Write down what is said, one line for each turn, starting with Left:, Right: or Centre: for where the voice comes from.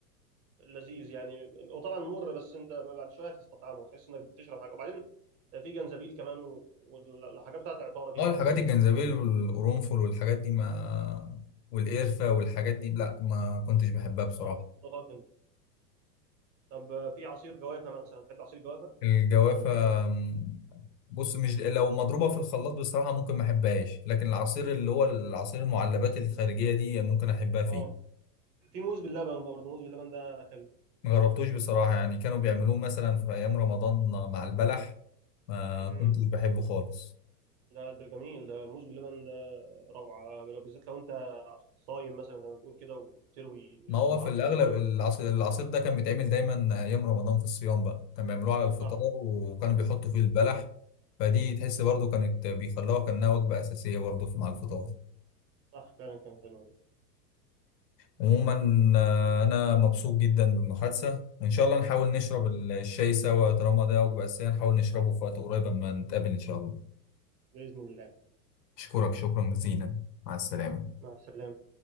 Right: لذيذ يعني هو طبعا مر بس انت بعد شويه هتستطعمه وتحس انك بتشرب حاجه وبعدين في جنزبيل كمان و- والحاجات بتاعت العطاره دي
Left: اه
Right: بقى
Left: الحاجات الجنزبيل والقرنفل والحاجات دي ما والقرفة والحاجات دي لا ما كنتش بحبها بصراحة
Right: ما تفضلهاش انت طب في عصير جوافه مثلا تحب عصير جوافه؟
Left: الجوافة م، بص مش لو مضروبة في الخلاط بصراحة ممكن ما احبهاش لكن العصير اللي هو العصير المعلبات الخارجية دي ممكن احبها فيه
Right: اه في موز باللبن برضه موز باللبن ده حلو
Left: ما جربتوش بصراحة يعني كانوا بيعملوه مثلا في ايام رمضان مع البلح ما
Right: امم
Left: كنتش بحبه خالص
Right: لا ده جميل ده الموز باللبن ده روعه لو بالذات لو انت صايم مثلا زي ما بتقول كده وتروي
Left: ما هو
Right: العطش
Left: في الأغلب
Right: حلو قوي
Left: العصير, العصير ده كان بيتعمل دايما أيام رمضان في الصيام بقى كان بيعملوه على الفطار
Right: صح
Left: وكانوا بيحطوا فيه البلح فدي تحس برضو كانت بيخلوها كأنها وجبة أساسية برضو في مع الفطار
Right: صح فعلا كان حلو والله.
Left: عموما آه، أنا مبسوط جدا بالمحادثة وإن شاء الله نحاول نشرب
Right: آه،
Left: ال- الشاي سوا طالما ده وجبة أساسية نحاول نشربه في وقت قريب أما نتقابل إن شاء الله
Right: بإذن الله
Left: أشكرك شكرا جزيلا مع السلامة
Right: مع السلامة